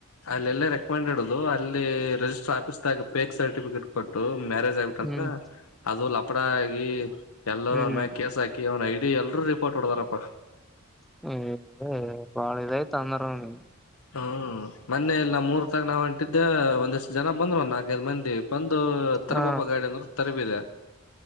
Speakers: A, on the left; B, in the centre.
A: ಅಲ್ಲೆಲ್ಲೇ ರೆಕಮೆಂಡ ಇಡ್ದು ಅಲ್ಲಿ ರರಿಜಿಸ್ಟರ್ ಆಫೀಸ್ದಾಗ ಪೇಕ್ ಸರ್ಟಿಫಿಕೇಟ್ ಕೊಟ್ಟು. ಮ್ಯಾರೇಜ್ ಆಗಬಿಟ್ಟಂದ್ರ
B: ಹ್ಮ್
A: ಅದು ಲಪಡ ಆಗಿ ಎಲ್ಲರೂ
B: ಹ್ಮ್
A: ಅಂದ ಮ್ಯ ಕೇಸ್ ಹಾಕಿ. ಅವನ್ ಐಡಿ ಎಲ್ರರು ರಿಪೋರ್ಟ್ ಹೊಡದಾರಪ್ಪಾ.
B: ಏ ಬಾಳ ಇದಯ್ತ ಅಂದ್ರ ಅವನಿಗೆ
A: ಹ್ಮ ಮೊನ್ನೆ ಎಲ್ಲ ಮೂರ್ ತಾಗ ನಾವ್ ಅಂಟಿದ್ದೆ ಒಂದಷ್ಟ. ಜನ ಬಂದ್ರು ಒಂದು ನಾಲ್ಕೈಐ ಮಂದಿ ಬಂದು ತರಬಾಬ
B: ಹ
A: ಗಾಡಿ ಅಂದರು ತರಬಿದೆ.